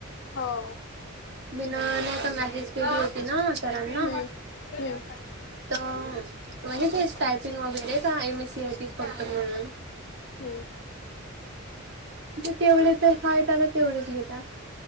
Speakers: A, on the left (about 60°); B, on the right (about 55°).
A: हो.
B: बिना नाहीचा मेसेज पाहिजी होते ना सरांना.
A: हम्म हम्म
B: तर म्हणजे तेच टायपिंग वगैरे का M S C I T करत म्हणून.
A: हम्म.
B: ते तेवढे तर हाय त्याला तेवढेच घेतात.